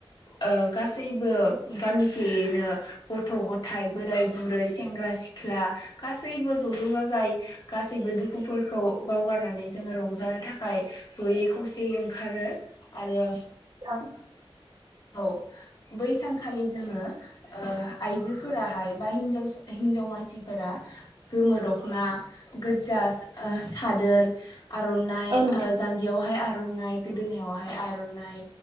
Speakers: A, on the left; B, on the right.
A: ओ गासैबो गामिसेयैनो गथ' गथाइ बोराय बुरै सेंग्रा सि ख्ला गासैबो ज' ज' जाजाय गासैबो दु दुखुफोरखौ बावगारनानै जोङो रंजानो थाखाय जयै खौसेयै ओंखारो आरो
B: थां
A: औ बै सानखालि जोङो ओ आइजोफोराहाय बा हिनजाव हिनजाव मानसिफोरा गोमो दख'ना गोजा ओ सादोर आर'नाइ
B: औ नोंथां
A: ओ जान्जियावहाय आर'नाइ गोदोनायावहाय आर'नाइ